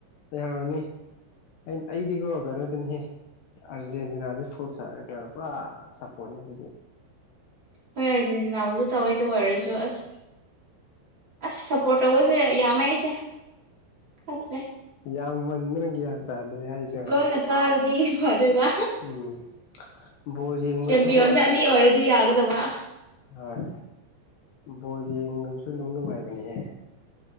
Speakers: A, on the left; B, on the right.
A: ꯂꯩꯍꯧꯔꯅꯤ ꯑꯩꯗꯤꯀꯣ ꯀꯩꯅꯣꯗꯨꯅꯤ ꯑꯔꯖꯦꯟꯇꯤꯅꯥꯅꯤ ꯐꯨꯜ ꯄꯨꯔꯥ ꯁꯄꯣꯔꯠꯅꯦ ꯑꯗꯨꯗꯤ
B: ꯍꯣꯏ ꯑꯥꯔꯖꯦꯟꯇꯤꯅꯥꯕꯨꯁꯨ ꯇꯧꯋꯦ ꯑꯗꯨ ꯑꯣꯏꯔꯁꯨ ꯑꯁ ꯑꯁ ꯁꯄꯣꯠ ꯇꯧꯕꯁꯦ ꯌꯥꯝꯃꯦ ꯑꯩꯁꯦ ꯈꯪꯗ꯭ꯔꯦ
A: ꯌꯥꯝꯃꯟꯗꯅ ꯒꯌꯥꯟ ꯔꯗꯅꯦ ꯍꯥꯏꯂ
B: ꯂꯣꯏꯅ ꯀꯥꯔꯗꯤ ꯐꯗꯣꯏꯕ
A: ꯎꯝ <inaudible> ꯕꯣꯜ ꯌꯦꯡꯕꯁꯨ
B: ꯆꯦꯝꯄꯤꯌꯟꯁꯦ
A: ꯀꯣ ꯑꯁ
B: ꯑꯅꯤ ꯑꯣꯏꯔꯗꯤ ꯌꯥꯒꯗꯕ
A: ꯍꯣꯏ ꯕꯣꯜ ꯌꯦꯡꯕꯁꯨ ꯑꯗꯨꯝ ꯅꯨꯡꯉꯥꯏꯕꯅꯦꯍꯦ